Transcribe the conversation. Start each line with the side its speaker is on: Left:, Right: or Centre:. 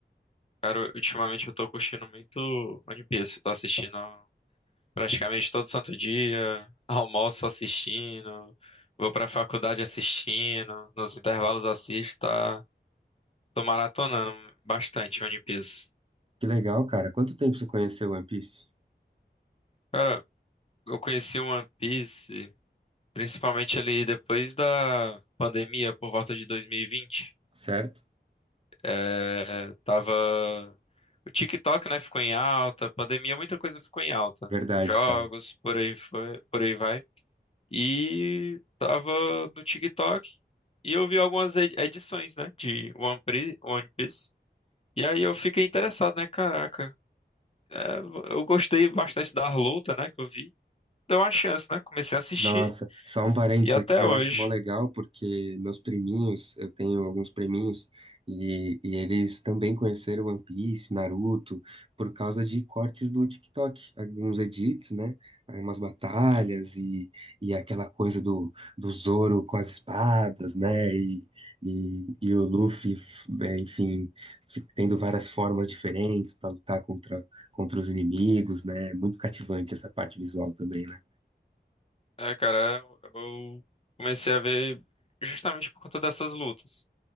Left: Cara, ultimamente eu tô curtindo muito One Piece. Eu tô assistindo praticamente todo santo dia, <laughs> almoço assistindo, vou pra faculdade assistindo, nos intervalos assisto, tá? Tô maratonando bastante One Piece.
Right: Que legal, cara. Quanto tempo você conheceu One Piece?
Left: Cara, eu conheci o One Piece principalmente ali depois da pandemia, por volta de 2020.
Right: Certo?
Left: É, tava. O TikTok, né, ficou em alta, pandemia, muita coisa ficou em alta.
Right: Verdade,
Left: Jogos,
Right: cara.
Left: por aí foi, por aí vai. E tava no TikTok e eu vi algumas edi- edições, né, de One Pri- One Piece. E aí eu fiquei interessado, né, caraca. é, eu gostei bastante da luta, né, que eu vi. Deu uma chance, né? Comecei a assistir
Right: Nossa, só um parênteses
Left: e até
Right: aqui, eu
Left: hoje.
Right: acho mó legal porque meus priminhos, eu tenho alguns priminhos, e, e eles também conheceram One Piece, Naruto, por causa de cortes do TikTok, alguns edits, né? Aí umas batalhas
Left: É,
Right: e, e aquela coisa do, do Zoro com as espadas, né? E, e, e o Luffy, é, enfim, fi- tendo várias formas diferentes para lutar contra, contra os inimigos, né? Muito cativante essa parte visual também, né?
Left: É, cara, eu comecei a ver justamente por conta dessas lutas.